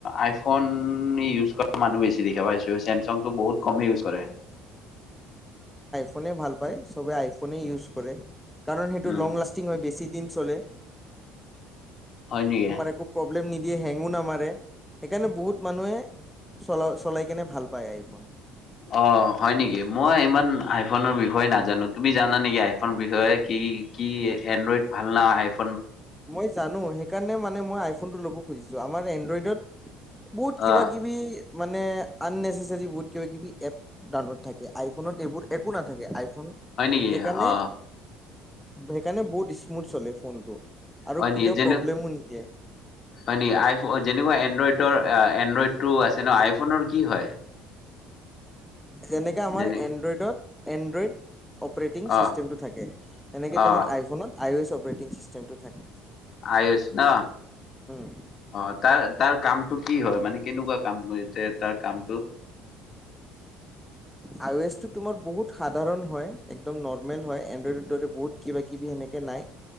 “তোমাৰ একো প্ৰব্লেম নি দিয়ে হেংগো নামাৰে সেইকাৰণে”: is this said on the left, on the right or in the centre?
Centre